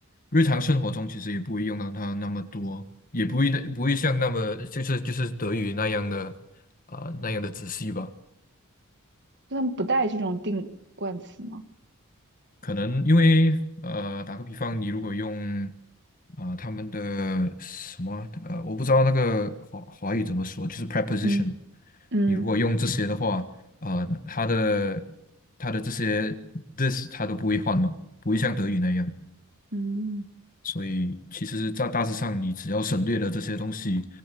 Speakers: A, on the left (about 40°); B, on the right (about 50°).
A: 日常生活中其实也不会用到它那么多，也不会的不会像那么就是就是德语那样的啊、那样的仔细吧。
B: 就他们不带这种定冠词吗？
A: 可能因为呃，打个比方，你如果用啊、呃他们的什么呃，我不知道那个华华语怎么说，就是 preposition，
B: 嗯嗯
A: 你如果用这些的话，啊、呃，它的它的这些 this 它都不会换嘛，不会像德语那样，
B: 嗯，嗯
A: 所以其实，在大致上，你只要省略了这些东西